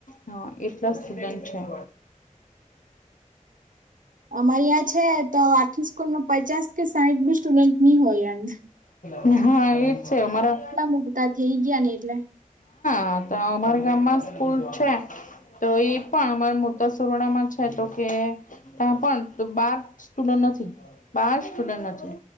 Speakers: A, on the left; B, on the right.
A: હન. એટલા સ્ટુડન્ટ છે.
B: અમારી આ છે તો આખી સ્કૂલમાં પચાસ કે સાહીઠ બી સ્ટુડન્ટ ની હોય એમ.
A: <unintelligible> <inaudible> હા, એજ છે અમારા
B: મુગતા થઈ ગયા ને એટલે.
A: હા, તો અમાર ગામમાં સ્કૂલ છે તો ઈ પણ અમારા મોટા સુરવાડામાં છે. <unintelligible> તો કે ત્યાં પણ બાર સ્ટુડન્ટ નથી. બાર સ્ટુડન નથી.